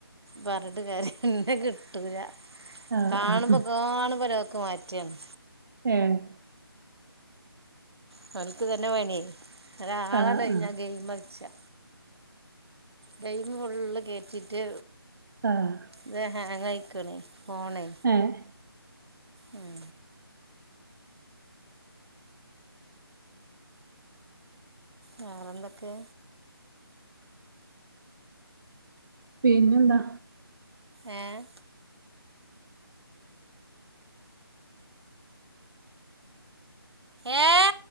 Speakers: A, on the right; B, on the right.
A: പറത്തിട്ട് കാര്യാ പിന്നെ കിട്ടൂല
B: ആഹ്
A: കാണുമ്പ
B: ആഹ്
A: കാണുമ്പ <unintelligible> ക്ക് മാറ്റാണ്
B: ഏഹ്
A: അവന്ക്ക് ഇതന്നെ പണിയേ ഒരാളാണ്
B: ആഹ്
A: ഞാൻ
B: ആഹ്
A: ഗെയിമ് കളിച്ചാ ഗെയിമ് ഫുള്ള് കേട്ടിട്ട്
B: ആഹ്
A: ത് ഹേങ്ങായി ക്കണേ ഫോണെ
B: ഏഹ്
A: ഉം വേറെന്തൊക്കെ
B: പിന്നെന്താ
A: ഏഹ് ഏഹ്